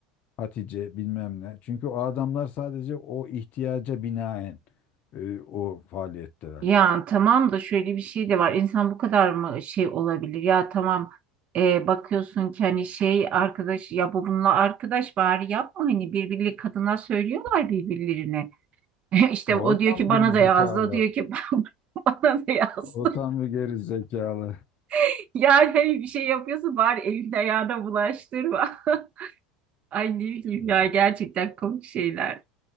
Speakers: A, on the left (about 50°); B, on the right (about 40°).
A: Hatice bilmem ne. Çünkü o adamlar sadece o ihtiyaca binaen e, o faaliyetteler.
B: Ya tamam da şöyle bir şey de var. İnsan bu kadar mı şey olabilir? Ya tamam e, bakıyorsun ki hani şey arkadaş ya bu bununla arkadaş bari yapma hani birbirleri kadınlar söylüyorlar birbirlerine. <laughs> İşte
A: Ha,
B: o
A: o
B: diyor
A: tam
B: ki bana
A: geri
B: da
A: zekalı.
B: yazdı, o diyor ki <laughs> bana da yazdı.
A: O tam bir geri zekalı.
B: <laughs> Yani hani bir şey yapıyorsun bari elini ayağına bulaştırma. <laughs> Ay ne bileyim
A: Yani
B: ya gerçekten komik şeyler.